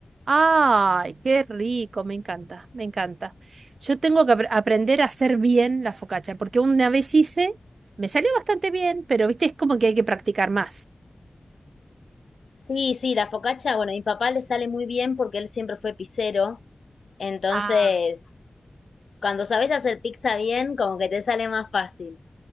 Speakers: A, on the right (about 85°); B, on the left (about 80°).
A: Ay, qué rico, me encanta, me encanta. Yo tengo que apr- aprender a hacer bien la focaccia, porque una vez hice, me salió bastante bien, pero viste, es como que hay que practicar más.
B: Sí, sí, la focacha, bueno, a mi papá le sale muy bien porque él siempre fue pizzero, entonces
A: Ah.
B: cuando sabes hacer pizza bien, como que te sale más fácil.